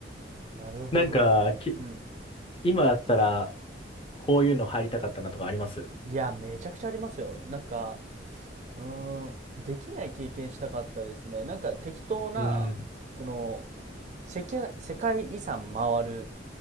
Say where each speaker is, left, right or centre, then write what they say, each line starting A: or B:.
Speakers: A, on the right; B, on the left.
A: なるほどな。
B: なんか、き、
A: うん
B: 今だったら、こういうの入りたかったなとかあります
A: いや、めちゃくちゃありますよ。なんか、うーん、できない経験したかったですね。なんか適当な、
B: うん。
A: その、世界、世界遺産回る、